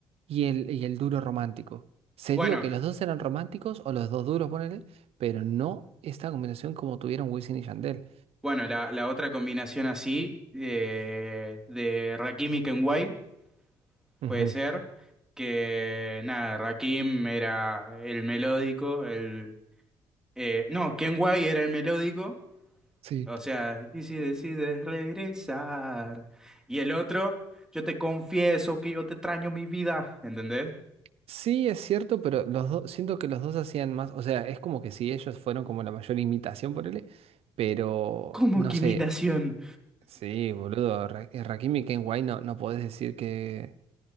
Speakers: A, on the right; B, in the centre.
A: y el, y el duro romántico. Se
B: Bueno,
A: dio que los dos eran románticos o los dos duros, ponele, pero no esta combinación como tuvieron Wisin y Yandel.
B: bueno, la, la otra combinación así de, de Rakim y Kenway
A: Ujú.
B: puede ser que, nada, Rakim era el melódico, el... eh, no, Kenway era el melódico,
A: Sí.
B: o sea, y si decides regresar. Y el otro, yo te confieso que yo te extraño mi vida, ¿entendés?
A: Sí, es cierto, pero los dos, siento que los dos hacían más. O sea, es como que si ellos fueron como la mayor imitación, ponele, pero
B: Como
A: no
B: que
A: sé.
B: imitación.
A: Sí, boludo, Ra- eh, Rakim y Ken White no, no podés decir que,